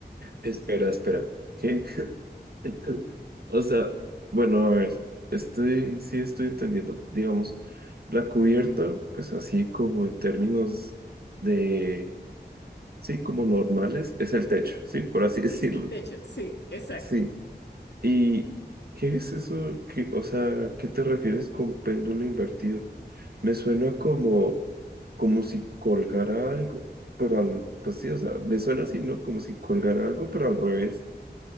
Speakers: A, on the right; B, on the left.
A: Espera, espera. ¿Qué? <laughs> O sea, bueno, a ver, estoy, sí estoy entendiendo. Digamos, la cubierta, pues así como en términos de, sí, como normales, es el techo, sí, por así <laughs> decirlo.
B: el techo, sí, exacto.
A: Sí. ¿Y qué es eso? que o sea, ¿qué te refieres con péndulo invertido? Me suena como, como si colgara algo, pero al, pues sí, o sea, me suena así, ¿no? Como si colgara algo, pero al revés.